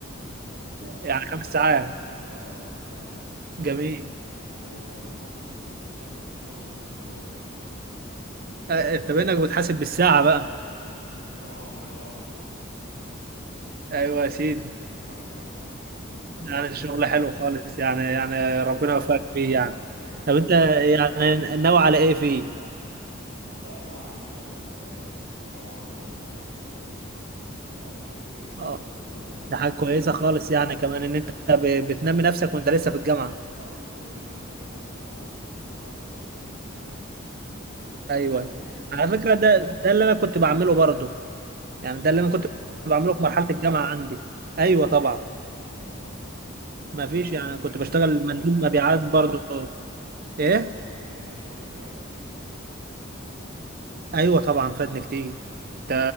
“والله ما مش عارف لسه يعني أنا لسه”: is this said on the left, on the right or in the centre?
Right